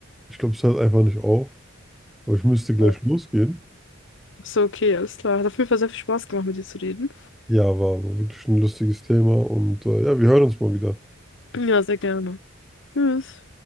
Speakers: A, in the centre; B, on the left.
A: Ich glaube, es hört einfach nicht auf. Aber ich müsste gleich
B: Ja.
A: losgehen.
B: So, okay, alles klar. Hat auf jeden Fall sehr viel Spaß gemacht, mit dir zu reden.
A: Ja, war, war wirklich ein lustiges Thema und äh, ja, wir hören uns mal wieder.
B: Ja, sehr gerne. Tschüss.